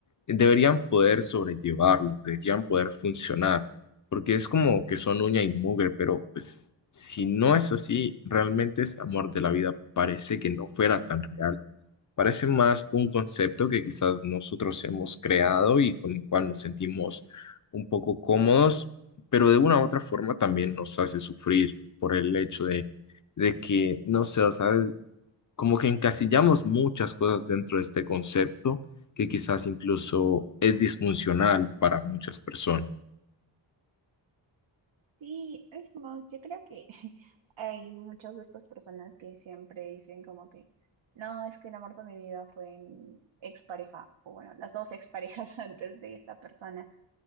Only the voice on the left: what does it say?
deberían poder sobrellevarlo, deberían poder funcionar porque es como que son uña y mugre, pero pues si no es así, realmente ese amor de la vida parece que no fuera tan real. Parece más un concepto que quizás nosotros hemos creado y con el cual nos sentimos un poco cómodos, pero de una u otra forma también nos hace sufrir por el hecho de, de que, no sé, o sea, como que encasillamos muchas cosas dentro de este concepto que quizás incluso es disfuncional para muchas personas.